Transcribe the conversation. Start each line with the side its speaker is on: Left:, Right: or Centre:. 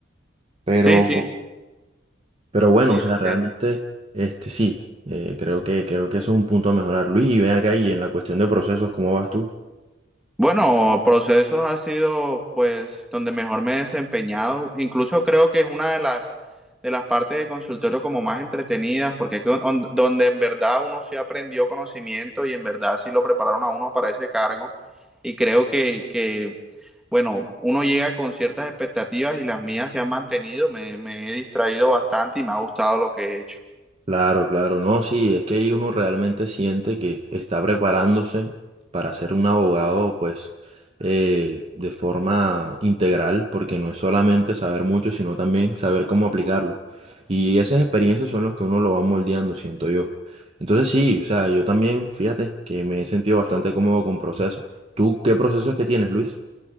Right: pero,
Centre: Sí, sí,
Right: pero bueno,
Centre: sí,
Right: o sea,
Centre: así
Right: realmente,
Centre: es.
Right: este, sí, eh, creo que, creo que eso es un punto a mejorar, Luis, y ven acá y en la cuestión de procesos, ¿cómo vas tú?
Centre: Bueno, procesos ha sido pues donde mejor me he desempeñado. Incluso creo que es una de las de las partes de consultorio como más entretenidas, porque es que on- donde en verdad uno sí aprendió conocimiento y en verdad sí lo prepararon a uno para ese cargo. Y creo que, que bueno, uno llega con ciertas expectativas y las mías se han mantenido. Me, me he distraído bastante y me ha gustado lo que he hecho.
Right: Claro, claro, no, sí, es que ahí uno realmente siente que está preparándose para ser un abogado, pues, eh, de forma integral, porque no es solamente saber mucho, sino también saber cómo aplicarlo. Y esas experiencias son las que uno lo va moldeando, siento yo. Entonces sí, o sea, yo también, fíjate, que me he sentido bastante cómodo con procesos. ¿Tú qué procesos que tienes, Luis?